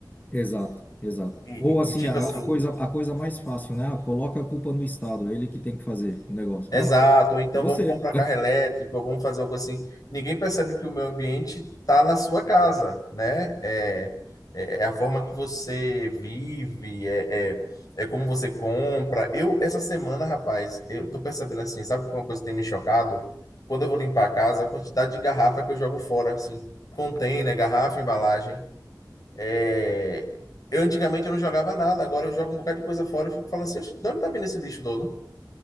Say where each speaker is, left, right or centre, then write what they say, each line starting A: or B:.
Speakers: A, on the left; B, on the left.
A: Exato, exato.
B: E,
A: Ou
B: e-
A: assim,
B: e, tipo
A: a,
B: assim,
A: a coisa, a coisa mais fácil, né? Ah, Coloca a culpa no Estado, é ele que tem que fazer o negócio.
B: Exato,
A: Não, é
B: ou então
A: você.
B: vamos comprar carro elétrico, ou vamos fazer uma coisa assim. Ninguém percebe que o meio ambiente está na sua casa, né? É, é é a forma que você vive, é, é, é como você compra. Eu, essa semana, rapaz, eu tô percebendo assim, sabe que uma coisa que tem me chocado? Quando eu vou limpar a casa, a quantidade de garrafa que eu jogo fora, assim, container, garrafa, embalagem. É, Eu antigamente eu não jogava nada, agora eu jogo um bocado de coisa fora e fico falando assim, "Oxe, de onde tá vindo esse lixo todo?